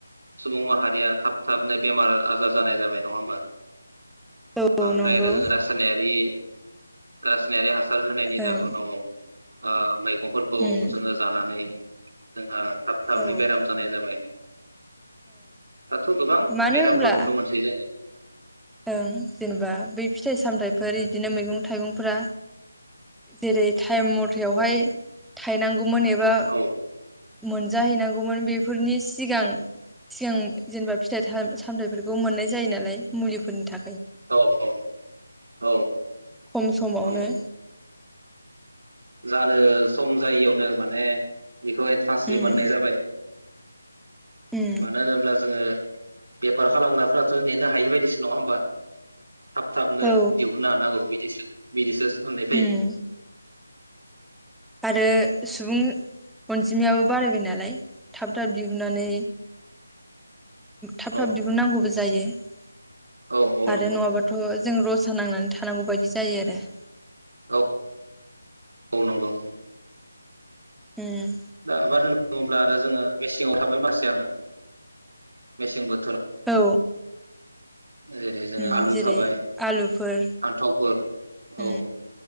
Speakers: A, on the right (about 75°); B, in the centre.
A: सुबुं माहारिया थाब थाबनो बेमार आजार जानाय जाबाय नङा होमबा
B: औ
A: बांद्राय
B: नंगौ
A: आरो जों रासायनारि रासायनायारि हा सार होनायनि
B: ओं
A: जाहोनाव आ मै गंफोरखौ
B: उम
A: जोंङो नायो जोंहा थाब थाबनो
B: ओं
A: बेराम जानाय जाबाय। दाथ' गोबां
B: मानो
A: बेरामखौ
B: होनब्ला
A: नुनो मोनसै जोङो
B: ओं जेनेबा बै फिथाइ सामथायाइफोर इदिनो मैगं थाइगंफोरा जेरै टाइम मथेयावहाय थायनांग गौमोन एबा
A: औ
B: मोनजाहैनांगौमोन बेफोरनि सिगां सिगां जेनेबा फिथाइ थाइ सामथथायफोरखौ मोननाय जायो नालाय मुलि फोरनि था
A: औ औ औ।
B: खम समावनो
A: औ जानो सम जायियावनो माने बेखौ एडभान्सलि
B: उम
A: मोननाय जाबाय।
B: उम
A: मानो होनोब्ला जोङो बेफार खालामग्राफ्राथ' नेनो हायि बायदिसो नङा होमबा थाब थाबनो
B: औ
A: दिहुननो हानांगौ बिदिसो बिदिसो <unintelligible>
B: उम आरो सुबुं अनजिमायाबो बारायबाय नालाय थाब थाब दिहुननानै थाब
A: औ
B: थाब दिहुननांगौबो जायो ।
A: औ औ
B: आरो
A: नंगौ
B: नङाबाथ जों रज रसा नांनानै थानांगौ बायदि जायो आरो ।
A: औ औ नंगौ ।
B: उम
A: दा आबाद बुङोब्ला आरो जोङो मेसेंङाव थाबाय माखासे आरो मेसें बोथोराव ।
B: औ
A: जेरै जोङो
B: उम
A: आलु
B: जेरै
A: थाबाय
B: आलुफोर
A: फान्थावफोर
B: उम
A: औ